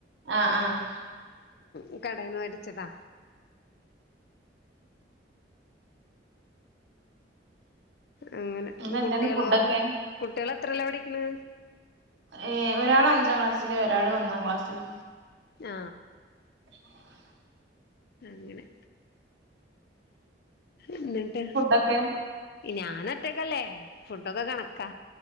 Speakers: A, on the right; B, on the left.
A: ആഹ് ആഹ്
B: ഉ കടയിൽന്ന് മേടിച്ചതാ അങ്ങനെ
A: ഇന്ന് എന്തായിരുന്നു
B: കുട്ടികളോ
A: ഫുഡൊക്കെ
B: കുട്ടികള് എത്രെല്ല പഠിക്കണ്
A: ഏ ഒരാൾ അഞ്ചാം ക്ലാസ്സില് ഒരാള് ഒന്നാം ക്ലാസ്സില്
B: ഞാ
A: ഉ
B: അങ്ങനെ എന്നിട്ട്
A: ഓക്കെ
B: ഞാന ഒറ്റക്കല്ലേ ഫുഡൊക്കെ കണക്കാ